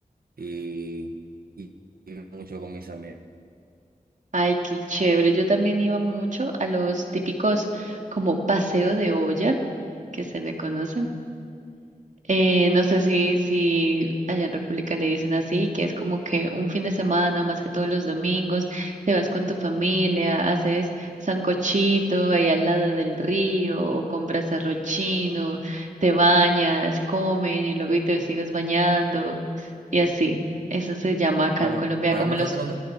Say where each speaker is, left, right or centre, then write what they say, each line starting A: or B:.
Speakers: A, on the right (about 75°); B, on the right (about 55°).
A: y, y, y mucho con mis amigos.
B: Ay, qué chévere. Yo también iba mucho a los típicos como paseo de olla, que se le conocen. Eh, no sé si, si allá en República le dicen así, que es como que un fin de semana, más que todos los domingos, te vas con tu familia, haces sancochito ahí al lado del río, o compras arroz chino, te bañas, comen y luego y te sigues bañando, y así. Eso se llama acá
A: Bueno,
B: en Colombia
A: para
B: como
A: nosotros
B: los,